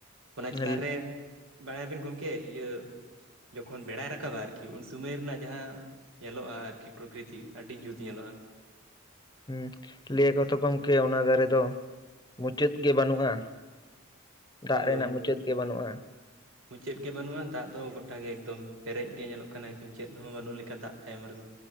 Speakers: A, on the right; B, on the left.
A: ᱚᱱᱟ ᱪᱮᱛᱟᱱ
B: ᱦᱩᱸ
A: ᱨᱮ ᱵᱟᱲᱟᱭᱟᱵᱤᱱ ᱜᱚᱝᱠᱮ ᱾ᱤᱭᱟᱹ ᱡᱚᱠᱷᱚᱱ ᱵᱮᱲᱟᱭ ᱨᱟᱠᱟᱵᱟ᱾ ᱟᱨᱠᱤ ᱩᱱ ᱥᱩᱢᱚᱭ ᱨᱮᱱᱟ-ᱜ ᱡᱟᱦᱟᱸ ᱧᱮᱞᱚᱜᱼᱟ ᱾ᱟᱨᱠᱤ ᱯᱨᱚᱠᱨᱤᱛᱤ᱾ ᱟᱹᱰᱤ ᱡᱩᱛ ᱧᱮᱞᱚᱜᱼᱟ᱾
B: ᱦᱩᱸ᱾ ᱞᱟᱹᱭ ᱟᱠᱚ ᱛᱚ ᱜᱚᱝᱠᱮ ᱾ᱚᱱᱟ ᱫᱷᱟᱨᱮ ᱫᱚ, ᱢᱩᱪᱟᱹᱫ ᱜᱮ ᱵᱟᱹᱱᱩᱜᱼᱟ᱾ ᱫᱟᱜ
A: ᱦᱳᱭ
B: ᱨᱮᱱᱟ-ᱜ ᱢᱩᱪᱟᱹᱫ ᱜᱮ, ᱵᱟᱹᱱᱩᱜᱼᱟ᱾
A: ᱢᱩᱪᱟᱹᱫ ᱜᱮ ᱵᱟᱹᱱᱩᱜᱼᱟ ᱾ᱫᱟᱜ ᱫᱚ ᱜᱚᱴᱟ ᱜᱮ ᱮᱠᱫᱚᱢ, ᱯᱮᱸᱨᱮᱡ ᱜᱮ ᱧᱮᱞᱚ-ᱜ ᱠᱟᱱᱟ ᱾ᱮᱠᱫᱚᱢ ᱪᱮᱫ ᱦᱚᱸ ᱵᱟᱹᱱᱩᱜ ᱞᱮᱠᱟ᱾ ᱫᱟᱜ ᱛᱟᱭᱚᱢ ᱨᱮᱫᱚ᱾